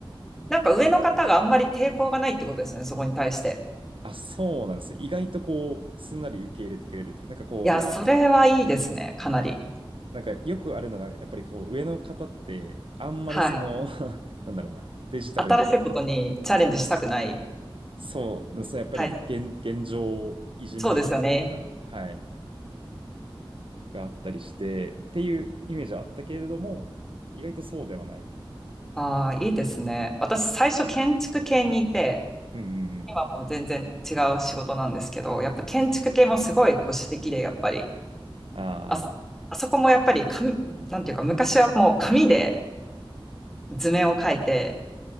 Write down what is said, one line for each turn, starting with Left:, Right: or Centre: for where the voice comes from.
Centre: なんか上の方があんまり抵抗がないってことですね、そこに対して。
Right: あ、そうなんです意外とこう、すんなり受け入れてくれるというか、なんかこ
Centre: いや、それはいいですね、かなり。
Right: う、なんかよくあるのが、やっぱりこう、上の方って、あんまりその、
Centre: はい。
Right: <laughs> なんだろうな、デジタルに、
Centre: 新しいことにチャレンジしたくない。
Right: そう、そうやっぱり現、
Centre: はい。
Right: 現状維持ムービーというか、
Centre: そうですよね。
Right: はい、があったりして、っていうイメージはあったけれども、意外とそうではない。
Centre: ああ、いいですね。私、最初建築系にいて、
Right: うんうんうん。
Centre: 今もう全然違う仕事なんですけど、やっぱ建築系もすごい保守的で、やっぱり。
Right: ああ、
Centre: あそ、あそこもやっぱり紙、なんていうか、昔はもう紙で図面を描いて、